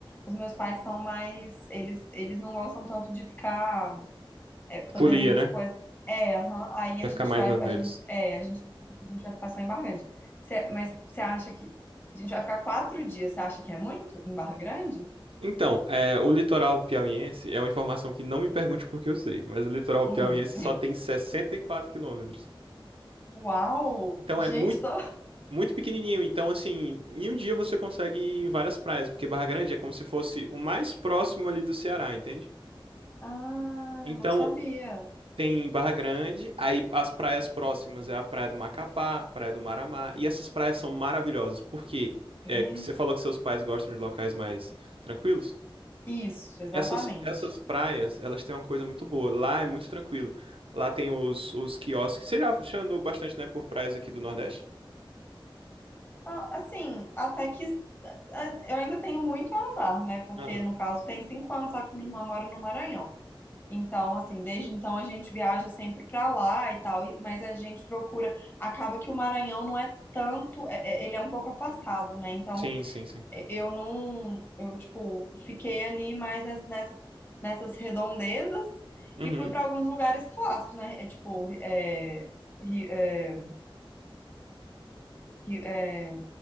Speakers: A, on the left; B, on the right.
A: os meus pais são mais, eles eles não gostam tanto de ficar é, fazendo
B: Folia, né?
A: tipo as- é, aham, aí
B: Vai
A: a gente
B: ficar mais
A: vai,
B: na deles.
A: a gente é, a gente a gente vai ficar só em Barra Grande. Cê- mas você acha que a gente vai ficar quatro dias? Você acha que é muito em Barra Grande?
B: Então, é, o litoral piauiense é uma informação que não me pergunte porque eu sei, mas o litoral
A: Hum.
B: piauiense só tem 64 quilômetros.
A: <laughs> Uau!
B: Então
A: Gente,
B: é muito,
A: tô...
B: muito pequenininho. Então, assim, em um dia você consegue ir em várias praias, porque Barra Grande é como se fosse o mais próximo ali do Ceará, entende?
A: Ah,
B: Então,
A: não sabia.
B: Tem Barra Grande, aí as praias próximas é a Praia do Macapá, a Praia do Maramá, e essas praias são maravilhosas, porque
A: É.
B: é, que você falou que seus pais gostam de locais mais tranquilos.
A: Isso, exatamente.
B: Essas, essas praias, elas têm uma coisa muito boa. Lá é muito tranquilo. Lá tem os, os quiosques. Você já, já andou bastante, né, por praias aqui do Nordeste?
A: Ah, Assim, até que ah, eu ainda tenho muito a andar, né? Porque
B: Aham.
A: no caso tem cinco anos, só que minha irmã mora no Maranhão. Então, assim, desde então a gente viaja sempre pra lá e tal, e- mas a gente procura. Acaba que o Maranhão não é tanto, é- é- ele é um pouco afastado, né? Então,
B: Sim, sim, sim.
A: é- eu não, eu tipo, fiquei ali mais nes- nessas, nessas redondezas
B: Uhum.
A: e fui pra alguns lugares clássicos, né? É tipo, é, Ri- é, Ri- é,